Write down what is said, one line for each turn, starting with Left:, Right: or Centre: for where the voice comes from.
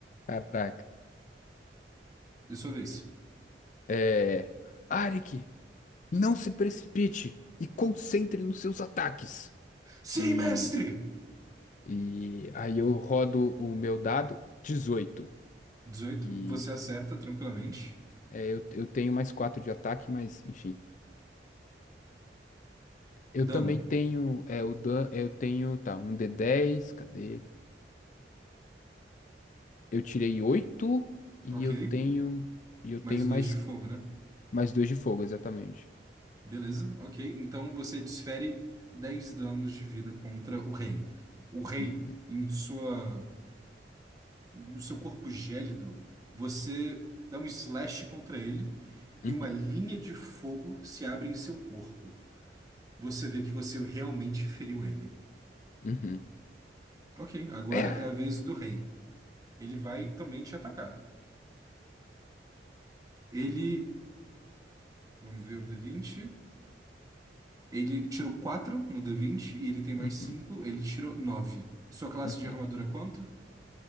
Left: Caraca.
Right: É sua vez.
Left: É. Arik, não se precipite e concentre nos seus ataques.
Right: Sim,
Left: E,
Right: mestre!
Left: e aí eu rodo o meu dado 18.
Right: dezoito
Left: E
Right: você acerta tranquilamente.
Left: é, eu, eu tenho mais 4 de ataque, mas enfim. Eu
Right: Dano,
Left: também tenho é, o dan eu tenho, tá, um d dez, cadê? Eu tirei 8 e
Right: ok?
Left: eu tenho e eu tenho
Right: Mais
Left: mais
Right: dois de fogo, né?
Left: mais 2 de fogo, exatamente.
Right: Beleza, ok. Então você desfere 10 danos de vida contra o rei. O rei,
Left: Uhum,
Right: em sua, no seu corpo gélido, você dá um slash contra ele e
Left: uhum,
Right: uma linha de fogo se abre em seu corpo. Você vê que você realmente feriu ele.
Left: uhum.
Right: Ok, agora
Left: É.
Right: é a vez do rei. Ele vai também te atacar. Ele, vamos ver o D20. Ele tirou 4 no D20 e ele tem mais
Left: Uhum,
Right: 5. ele tirou 9. Sua classe
Left: uhum.
Right: de armadura é quanto?